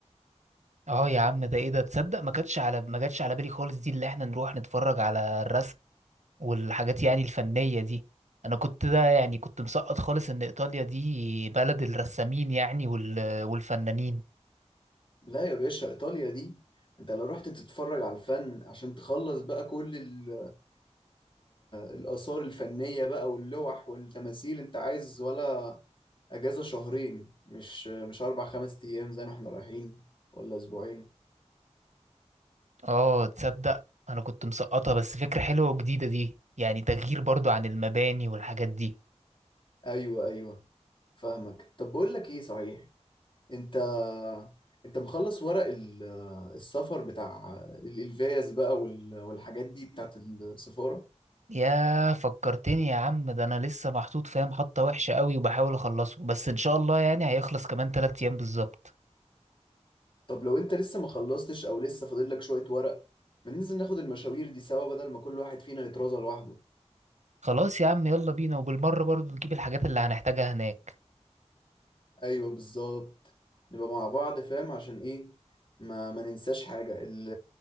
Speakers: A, on the right; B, on the left.
A: اه يا عم ده ايه ده تصدق ما كانتش على ما جاتش على بالي خالص دي اللي احنا نروح نتفرج على الرسم والحاجات يعني الفنية دي انا كنت ده يعني كنت مسقط خالص ان ايطاليا دي بلد الرسامين يعني وال... والفنانين
B: لا يا باشا ايطاليا دي انت لو رحت تتفرج على الفن عشان تخلص بقى كل ال- الآثار الفنية بقى واللوح والتماثيل أنت عايز ولا أجازة شهرين مش مش أربع خمس أيام زي ما إحنا رايحين ولا أسبوعين
A: اه تصدق انا كنت مسقطة بس فكرة حلوة وجديدة دي يعني تغيير برضو عن المباني والحاجات دي
B: أيوه أيوه فاهمك طب بقول لك إيه صحيح أنت أنت مخلص ورق ال- السفر بتاع ال- الفيز بقى وال- والحاجات دي بتاعت السفارة
A: يا فكرتني يا عم ده انا لسه محطوط فاهم حطة وحشة قوي وبحاول اخلصه بس ان شاء الله يعني هيخلص كمان تلات ايام بالظبط
B: طب لو أنت لسه ما خلصتش أو لسه فاضل لك شوية ورق ما ننزل ناخد المشاوير دي سوا بدل ما كل واحد فينا يترازل لوحده
A: خلاص يا عم يلا بينا وبالمرة برضو نجيب الحاجات اللي هنحتاجها هناك
B: ايوه بالظبط نبقى مع بعض فاهم عشان ايه ما ما ننساش حاجة ال-